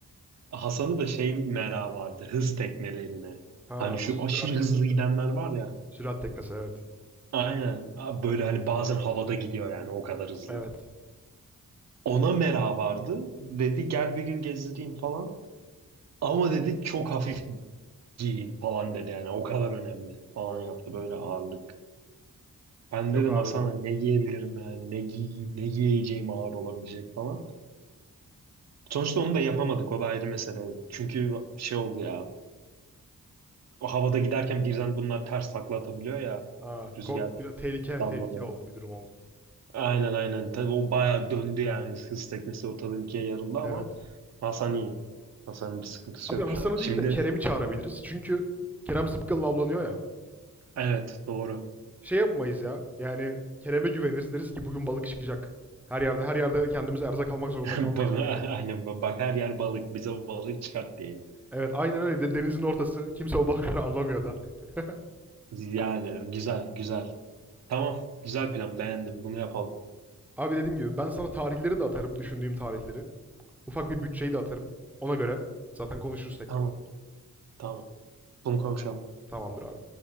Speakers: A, on the right; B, in the centre.
A: Hasan'ı da şey merak vardı hız teknelerine.
B: Ha,
A: Hani şu
B: sürat
A: aşırı
B: teknesi.
A: hızlı gidenler var ya.
B: Sürat teknesi evet.
A: Aynen. Böyle hani bazen havada gidiyor yani o kadar hızlı.
B: Evet.
A: Ona mera vardı. Dedi gel bir gün gezdireyim falan. Ama dedi çok hafif giyin falan dedi yani o kadar önemli falan yaptı böyle ağırlık. Ben
B: Yok
A: dedim
B: abi.
A: Hasan'a ne giyebilirim yani ne giy ne giyeceğim ağır olabilecek falan. Sonuçta onu da yapamadık o da ayrı mesele. Çünkü şey oldu ya o havada giderken birden bunlar ters takla atabiliyor ya
B: Aa,
A: rüzgardan
B: ko- bir de tehlike, tehlike
A: dolayı.
B: oldu bir durum oldu.
A: Aynen aynen tabii o bayağı döndü yani hız teknesi ortadan ikiye yarıldı ama
B: Evet.
A: Hasan iyi. Hasan'ın bir sıkıntısı
B: Abi
A: yok
B: Hasan'ı
A: şu an. Şimdi
B: değil de Kerem'i çağırabiliriz. Çünkü Kerem zıpkınla avlanıyor ya.
A: Evet doğru.
B: Şey yapmayız ya. Yani Kerem'e güveniriz deriz ki bugün balık çıkacak. Her yerde her yerde kendimize erzak almak zorunda
A: <laughs>
B: kalmayız
A: Ba-
B: belki.
A: Aynen ba- bak her yer balık. Bize o balığı çıkart diyelim.
B: Evet aynen öyle. Bir de denizin ortası. Kimse o balıkları avlamıyor da. <laughs>
A: Yani güzel güzel. Tamam güzel plan beğendim. Bunu yapalım.
B: Abi dediğim gibi ben sana tarihleri de atarım. Düşündüğüm tarihleri. Ufak bir bütçeyi de atarım. Ona göre zaten konuşuruz tekrardan.
A: Tamam tamam. Bunu konuşalım.
B: Tamamdır abi.